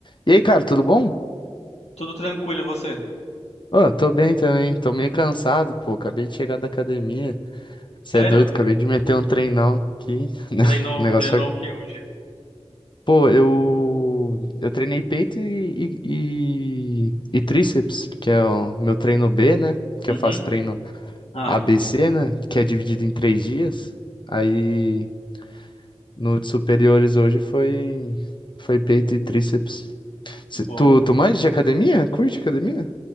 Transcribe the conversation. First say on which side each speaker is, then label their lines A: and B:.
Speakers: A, on the left; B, on the left.
A: E aí, cara, tudo bom?
B: Tudo tranquilo, e você?
A: Ô, tô bem também, tô meio cansado, pô. Acabei de chegar da academia. Você
B: Sério?
A: é doido, acabei de meter um treinão aqui. <laughs>
B: Treinou,
A: O negócio
B: treinou
A: foi.
B: o que hoje?
A: Pô, eu. Eu treinei peito e, e, e, e tríceps, que é o meu treino B, né? Que
B: Uhum.
A: eu faço treino
B: Ah,
A: ABC,
B: sim.
A: né? Que é dividido em três dias. Aí no de superiores hoje foi. Foi peito e tríceps. Cê-
B: Boa.
A: Tu, tu manja de academia? Curte academia?